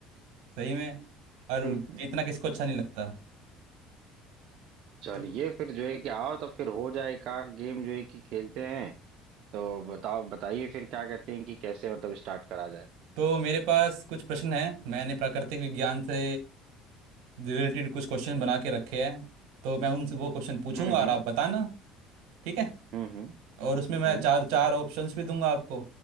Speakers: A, on the right; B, on the right.
A: सही में और
B: <laughs>
A: जीतना किसको अच्छा नहीं लगता
B: चलिए
A: तो
B: फिर जो है कि आओ तो फिर हो जाए का गेम जो है कि खेलते हैं तो बताओ बताइए फिर क्या कहते हैं कि कैसे मतलब स्टार्ट करा जाए
A: तो मेरे पास कुछ प्रश्न हैं मैंने प्राकृतिक विज्ञान से रिलेटेड कुछ क्वेश्चन बना के रखे हैं तो मैं उनसे वो क्वेश्चन पूछूंगा
B: हम्म
A: और आप बताना ठीक है
B: हम्म हम्म
A: और उसमें मैं
B: हम्म
A: चार चार ऑप्शंस भी दूंगा आपको